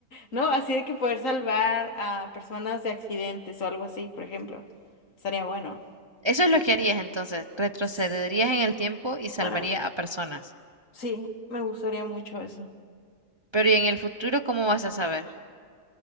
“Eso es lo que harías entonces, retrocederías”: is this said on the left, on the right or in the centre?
Right